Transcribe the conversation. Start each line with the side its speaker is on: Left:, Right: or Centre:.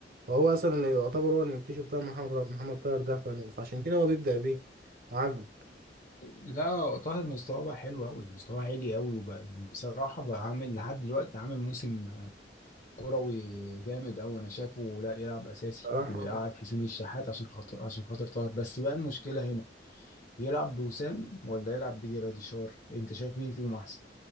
Right: فهو أصلا اللي يعتبر هو اللي مكتشف طاهر محمد محمد طاهر ده فن- فعشان كده هو بيبدأ بيه عاجب
Left: لا طاهر مستواه بقى حلو أوي مستواه عالي أوي وبقى بصراحة بقى عامل لحد دلوقتي عامل موسم كروي جامد أوي أنا شايفه لا يلعب أساسي
Right: صراحة
Left: ويقعد حسين الشحات عشان خاطر عشان خاطر طاهر بس بقى المشكلة هنا يلعب بوسام ولا يلعب بجراديشار أنت شايف مين فيهم أحسن